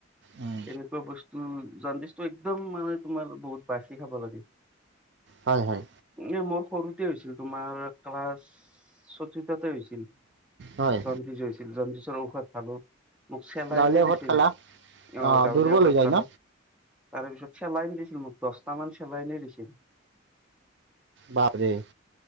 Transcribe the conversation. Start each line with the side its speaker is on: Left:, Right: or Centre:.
Right: উম।
Centre: এনেকুৱা বস্তু জণ্ডিচত একদম মানে তোমাৰ বহুত বাচি খাব লাগে।
Right: হয়, হয়।
Centre: এ মোৰ সৰুতে হৈছিল তোমাৰ ক্লাছ চতুৰ্থ হৈছিল
Right: হয়
Centre: জণ্ডিছ হৈছিল জণ্ডিছৰ ঔষধ খালোঁ। মোক চেলাইনে
Right: গাঁৱলীয়া
Centre: দিছিল
Right: ভাত খালা
Centre: অ, 'গাঁৱলীয়া
Right: অ দুৰ্বল
Centre: ঔষধ
Right: হৈ যায়
Centre: খালো।
Right: ন
Centre: তাৰ পিছত চেলাইন দিছিল মোক দহটা মান চেলাইন দিছিল।
Right: বাপৰে